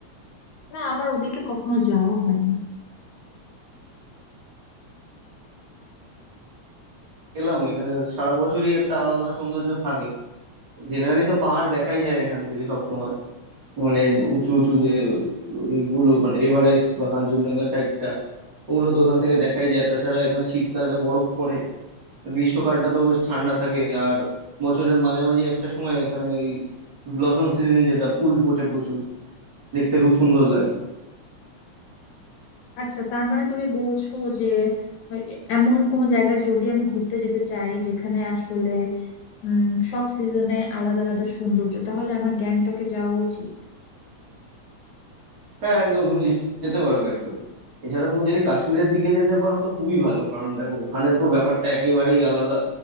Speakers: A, on the left; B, on the right.
A: না আমার ওদিকে কখনো যাওয়া হয়নি
B: এলাম এখানে সারা বছরই একটা আলাদা সৌন্দর্য থাকে জেনারেলি তো পাহাড় দেখাই যায় এখান থেকে সব মানে উঁচু উঁচু যে ইগুলো মানে এভারেস্ট বা কাঞ্চনজঙ্ঘা সাইডটা ওগুলো তো ওখান থেকে দেখাই যায় তাছাড়া এখানে শীতকালে বরফ পড়ে গ্রীষ্মকালটা তো বেশ ঠান্ডা থাকে আর বছরের মাঝামাঝি একটা সময় এখানে এই ব্লসম সিজন যেটা ফুল ফোটে প্রচুর দেখতে খুব সুন্দর লাগে
A: আচ্ছা তার মানে তুমি বলছো যে এ- এমন কোন জায়গায় যদি আমি ঘুরতে যেতে চাই যেখানে আসলে উম সব সিজনে আলাদা আলাদা সৌন্দর্য তাহলে আমার গ্যাংটকে যাওয়া উচিত
B: হ্যাঁ একদম তুমি যে- যেতে পারো গ্যাংটকে এছাড়া তুমি যদি কাশ্মীরের দিকে যেতে পারো তো খুবই ভালো কারণ দেখো ওখানে তো ব্যাপারটা একেবারেই আলাদা